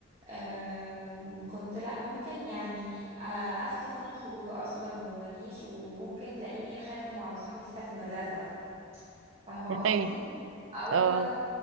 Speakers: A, on the right; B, on the right.
A: آم، كنت لا ممكن يعني آه، افكس انا الخروجه اصلا وما اجيش وممكن تلاقيني خارجه مع صاحبتي بتاعه المدرسه مثلا فاهمه
B: <laughs>
A: قصدي
B: ايوه
A: اه والله
B: اه